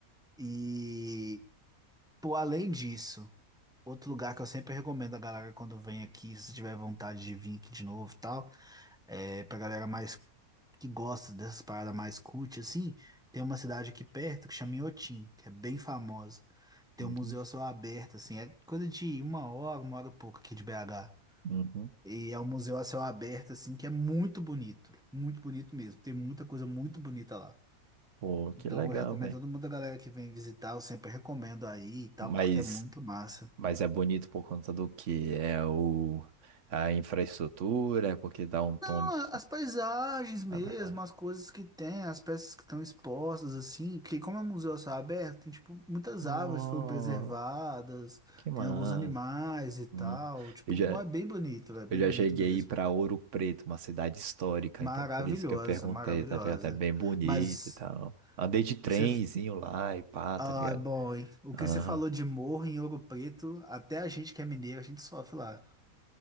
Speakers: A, in the centre; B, on the right.
A: E, pô, além disso, outro lugar que eu sempre recomendo a galera quando vem aqui, se tiver vontade de vir aqui de novo e tal, é pra galera mais que gosta dessas paradas mais cult, assim, tem uma cidade aqui perto que chama Inhotim, que é bem famosa. Tem
B: Uhum.
A: um museu a céu aberto, assim, é coisa de uma hora, uma hora e pouco aqui de BH.
B: Uhum.
A: E é um museu a céu aberto, assim, que é muito bonito, muito bonito mesmo. Tem muita coisa muito bonita lá.
B: Pô, que
A: Então
B: legal,
A: eu recomendo a todo mundo, a galera que vem visitar, eu sempre recomendo aí e tal,
B: Mas,
A: porque é muito massa.
B: mas é bonito por conta do que? É o, a infraestrutura, é porque dá um tom
A: Não,
B: de.
A: as paisagens mesmo,
B: Na verdade.
A: as coisas que tem, as peças que estão expostas, assim, que como é um museu a céu aberto, tem, tipo, muitas
B: Nossa,
A: árvores foram preservadas,
B: que massa.
A: tem alguns animais e tal,
B: Hum.
A: tipo,
B: Eu já,
A: é bem bonito, é bem
B: eu já
A: bonito
B: cheguei
A: mesmo.
B: para Ouro Preto, uma cidade histórica,
A: Maravilhosa,
B: então por isso que eu perguntei,
A: maravilhosa.
B: tá ligado? É bem bonito
A: Mas,
B: e tal.
A: o
B: Andei de trenzinho
A: que você...
B: lá e pá,
A: Ah,
B: tá ligado?
A: bom, hein? O
B: Aham.
A: que você falou de morro em Ouro Preto, até a gente que é mineiro, a gente sofre lá.